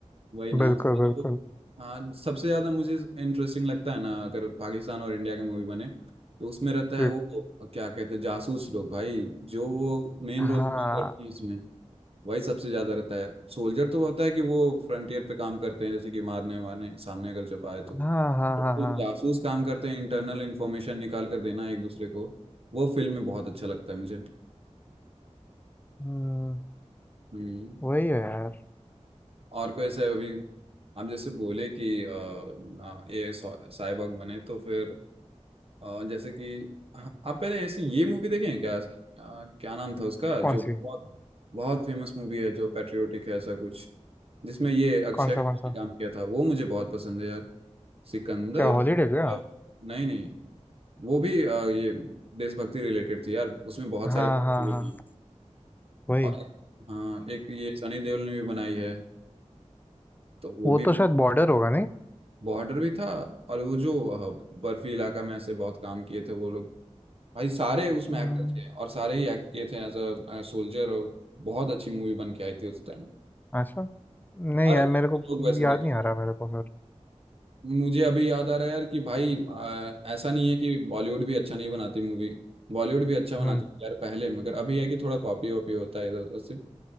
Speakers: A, on the right; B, on the left.
A: <laughs> वही ना
B: बिल्कुल
A: उसमें जो-
B: बिल्कुल
A: हाँ सबसे ज्यादा मुझे इंटरेस्टिंग लगता है ना अगर पाकिस्तान और इंडिया का मूवी बने तो उसमें रहता
B: जी
A: है वो क्या कहते हैं जासूस लोग भाई जो वो मेन
B: हाँ
A: रोल प्ले करती है इसमें वही सबसे ज्यादा रहता है सोल्जर तो होता है कि वो फ्रंटियर पे काम करते हैं जैसे कि मारने वारने सामने अगर जब आए तो
B: हाँ हाँ
A: जो
B: हाँ हाँ
A: जासूस काम करते हैं इंटरनल इंफॉर्मेशन निकाल कर देना एक दूसरे को वो फिल्म में बहुत अच्छा लगता है मुझे
B: हम्म,
A: हम्म
B: वही है यार
A: और कोई ऐसे अभी आप जैसे बोले कि अ, अ, ये सा- साइबॉग बने तो फिर अ, जैसे कि आप पहले ऐसे ये मूवी देखे हैं क्या अ, क्या नाम था उसका
B: कौन
A: जो
B: सी
A: बहुत बहुत फेमस मूवी है जो पैट्रियोटिक है ऐसा कुछ जिसमें ये अक्षय
B: कौन
A: कुमार
B: सा कौन सा
A: ने काम किया था वो मुझे बहुत पसंद है यार सिकंदर
B: क्या हॉलीडे क्या
A: नहीं नहीं वो भी अ, ये देशभक्ति रिलेटेड थी यार उसमें बहुत
B: हाँ
A: सारे
B: हाँ
A: भी
B: हाँ
A: थी
B: वही
A: और हाँ एक ये सनी देओल ने भी बनाई है तो वो
B: वो
A: भी
B: तो शायद बॉर्डर होगा नहीं
A: बॉर्डर भी था और वो जो अ, बर्फी इलाका में ऐसे बहुत काम किए थे वो लोग भाई सारे उसमें
B: हम्म,
A: एक्टर थे और सारे ही एक्ट किए थे एज अ सोल्जर और बहुत अच्छी मूवी बन के आई थी उस टाइम
B: अच्छा नहीं
A: हर
B: यार
A: लोग
B: मेरे को
A: वैसे
B: याद
A: देख
B: नहीं आ रहा मेरे को
A: मुझे अभी याद आ रहा है यार कि भाई अ, ऐसा नहीं है कि बॉलीवुड भी अच्छा नहीं बनाती मूवी बॉलीवुड भी अच्छा बनाती
B: फिर
A: थी यार पहले मगर अभी है कि थोड़ा कॉपी वॉपी होता है इधर उधर से